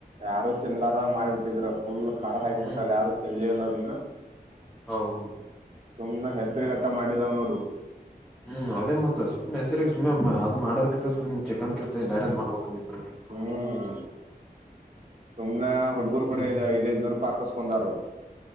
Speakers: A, on the right (about 45°); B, in the centre.
A: ಯಾರು ತಿನ್ಲಾರದಂಗ ಮಾಡ್ಬಿಟ್ಟಿದರುಪ್ ಫುಲ್ ಖಾರ ಹಾಕಿಬಿಟ್ಟಾರ
B: ಹ್ಮ್
A: ಯಾರ ತಿ ಇಲ್ಲಿಲ್ಲದನ್ನ
B: ಹೌದೌದು
A: ಸುಮ್ನೆ. ಹಸರುಗಟ್ಟ ಮಾಡಿದಾಗ ನೋಡು
B: ಹ್ಮ್ ಅದೇ ಮತ ಸುಮ್ಮ್ ಹೆಸರಿಗೆ ಸುಮ್ಮ್ ಅದು ಮಾಡೋದಕ್ಕಿಂತ ಸುಮ್ ಚಿಕನ್ ಕೆ ಬ್ಯಾರೆದ್ ಮಾಡ್ಬೇಕು. <unintelligible>
A: ಹ್ಮ್ ಸುಮ್ನೆ ಹುಡುಗರು
B: ಹ್ಮ್
A: ಕಡೆ ಐದಐದ್ನೂರು ರೂಪಾಯಿ ಹಾಕಸ್ಕಂದರು